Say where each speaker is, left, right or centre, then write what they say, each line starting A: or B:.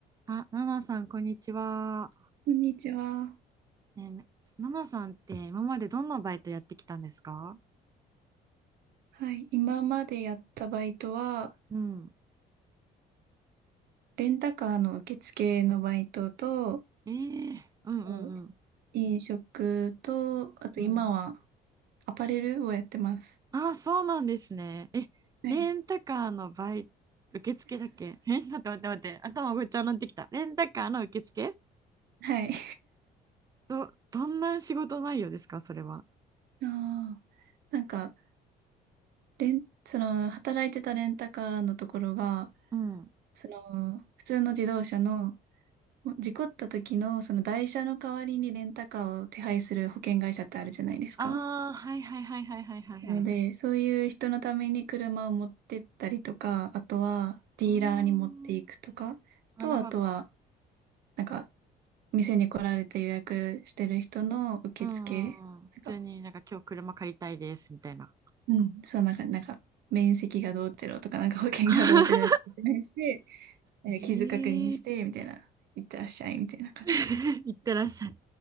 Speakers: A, on the right; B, on the right.
A: あ、ナナさん、こんにちは。
B: こんにちは。
A: ねえ、なナナさんって今までどんなバイトやってきたんですか
B: はい。今までやったバイトは、
A: うん。
B: レンタカーの受付のバイトと、
A: えーうんうん
B: と飲食と、あと今は
A: うん。うん。
B: アパレルをやってます。
A: あ、そうなんですね。え、
B: はい。
A: レンタカーのバイト、受付だっけえ、<laughs> 待って待って待って、頭ごっちゃになってきた。レンタカーの受付
B: はい。
A: ど、どんな仕事内容ですか、それは。
B: <laughs> あーなんか、レン、その、働いてたレンタカーのところが、
A: うん。
B: その、普通の自動車の、事故った時の、その台車の代わりにレンタカーを手配する保険会社ってあるじゃないですか。
A: ああ、はいはいはいはいはいはいはい。
B: なので、そういう人のために車を持ってったりとか、あとはディーラーに持っていくとか、
A: うーん、なるほど。
B: と、あとは、なんか、店に来られて予約してる人の受付とか、
A: うんうんうん。普通になんか今日車借りたいですみたいな。
B: うん、そう、なんか、なんか、面積がどうてろとか、なんか保険がどうてろって説明して、
A: <laughs>
B: なんか傷確認して、
A: ええ
B: みたいな、いってらっしゃい、みたいな感じ。
A: <laughs> 行ってらっしゃい。